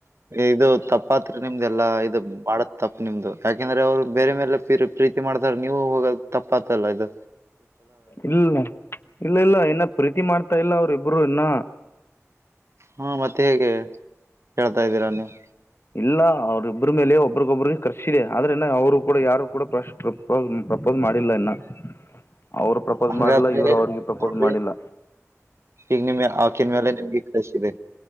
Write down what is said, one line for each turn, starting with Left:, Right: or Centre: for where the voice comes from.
Right: ಇದು ತಪ್ಪಾತ್ರಿ ನಿಮ್ದಲ್ಲಾ ಇದು ಮಾಡತ್ ತಪ್ಪ್ ನಿಮ್ದು ಯಾಕೆಂದ್ರೆ ಅವ್ರು ಬೇರೆ ಮೇಲೆ ಪ್ರೀತಿ ಮಾಡ್ತಾರ ನೀವು ಹೋಗದು ತಪ್ಪ ಆಯ್ತಲ್ಲ ಇಗ
Left: ಇಲ್ಲ ಇಲ್ಲ ಇಲ್ಲ ಇನ್ನ ಪ್ರೀತಿ ಮಾಡ್ತಾ ಇಲ್ಲ ಅವ್ರಿಬ್ರು ಇನ್ನ
Right: ಹಾ ಮತ್ತೇಗೆ ಹೇಳ್ತಾ ಇದೀರಾ ನೀವು
Left: ಇಲ್ಲ ಅವ್ರಿಬ್ರ್ ಮೇಲೆ ಒಬ್ರಗೊಬ್ರ್ಗೆ ಕ್ರಶ್ ಇದೆ ಆದ್ರೆನ ಅವರು ಕೂಡ ಯಾರು ಕೂಡ ಪ್ರಶ್ ಪ್ರೋ ಪ್ರಪೋಸ್ ಮಾಡಿಲ್ಲ ಇನ್ನ
Right: <inaudible>
Left: ಅವ್ರು ಪ್ರಪೋಸ್
Right: ಹಂಗಾದ್ರೆ
Left: ಮಾಡಿಲ್ಲ ಇವರು ಅವ್ರಿಗೆ ಪ್ರಪೋಸ್
Right: ನೋಡ್ರಿ
Left: ಮಾಡಿಲ್ಲ
Right: ಈಗ ನಿಮ್ಗೆ ಆಕಿನ್ ಮೇಲೆ ನಿಮ್ಗೆ ಕ್ರಷ್ ಇದೆ,